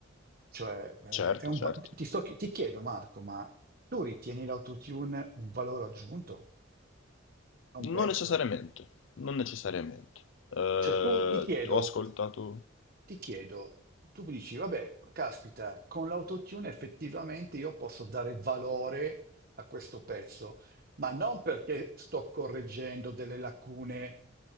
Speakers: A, on the right (about 45°); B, on the left (about 70°).
A: Cioè, eh,
B: Certo,
A: è un
B: certo.
A: va- ti sto chi- ti chiedo, Marco, ma tu ritieni l'autotune un valore aggiunto a un pezzo?
B: Non necessariamente, non necessariamente. Eh,
A: Cioè, tu ti chiedo.
B: ho ascoltato...
A: ti chiedo, tu dici, vabbè, caspita, con l'autotune effettivamente io posso dare valore a questo pezzo, ma non perché sto correggendo delle lacune